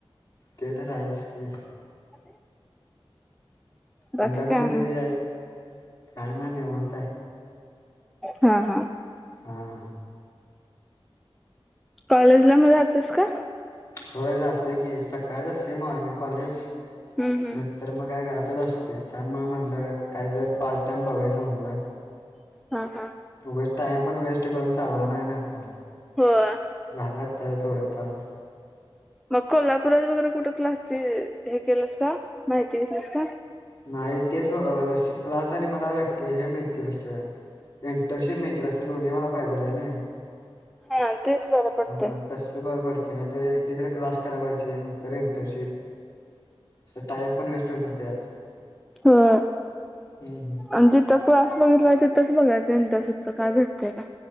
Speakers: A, on the left; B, in the centre.
A: ते तर आहेच की.
B: <inaudible> बाकी
A: पण त्या तर
B: काय
A: म्हणजे
B: नाही.
A: ये आहेत काय नाय निवांत आहे.
B: हा हा.
A: हा.
B: कॉलेज ला मग जातोयस का?
A: होय जातोय की, सकाळचं असतय मॉर्निंग कॉलेज,
B: हम्म हम्म
A: नाही तर मग काय घरातच असतोय, त्यामुळे म्हणलं काय तर पार्ट टाइम बघायचं म्हणलं.
B: हा हा.
A: उगच टाइम पण वेस्ट करून चालणार नाही ना आता.
B: होय.
A: झालं आता हे थोडंफार.
B: मग कोल्हापुरात वगैरे कुठं क्लासची हे केलंस का, माहिती घेतलंस का?
A: नाही, तेच बघाय लागलोय, शिकलाच आणि मला व्याक्य हे मिळतील असं. इंटर्नशिप मिळतील असं दोन्ही मला पाहिजेल आय नाही.
B: हा तेच बरं पडतंय.
A: हा तसं बर पडतय, नाही तर एकटीकडे क्लास करा पाहिजे नंतर इंटर्नशिप, असं टाइम पण वेस्ट होणार त्यज्यात.
B: होय.
A: हम्म हम्म.
B: आणि जिथं क्लास बघितलाय तिथंच बघायचं इंटर्नशिपच काय भेटतय का?